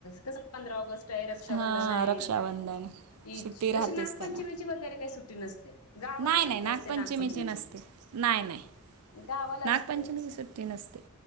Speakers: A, on the left; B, on the right.
A: कसं पंधरा ऑगस्ट. रक्षाबंधन
B: हा
A: आहे.
B: रक्षाबंधन
A: ईदची
B: सुट्टी राहतेच
A: तसे नागपंचमीची
B: त्याला
A: वगैरे काही सुट्टी नसते. गावाला
B: नाही नाही
A: सुट्टी असते. नागपंचमीची
B: नसते नाही नाही
A: गावाला
B: नागपंचमीची
A: असते.
B: सुट्टी नसते.